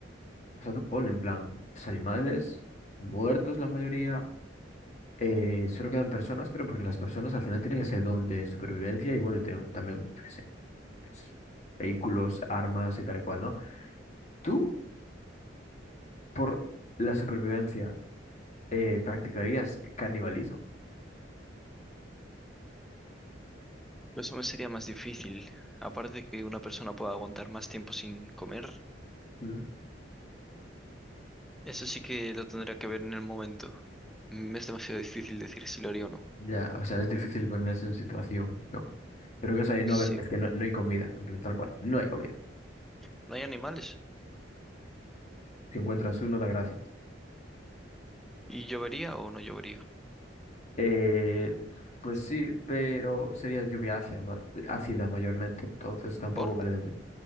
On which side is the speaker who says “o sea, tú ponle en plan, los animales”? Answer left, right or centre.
Left